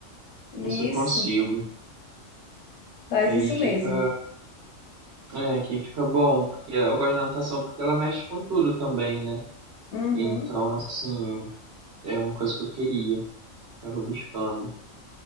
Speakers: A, on the left; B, on the right.
A: Isso,
B: Ver se eu consigo.
A: faz
B: Que aí
A: isso
B: fica.
A: mesmo.
B: É, que aí fica bom. Porque eu gosto da natação porque ela mexe com tudo também, né?
A: Uhum.
B: Então, assim, é uma coisa que eu queria. Tava buscando.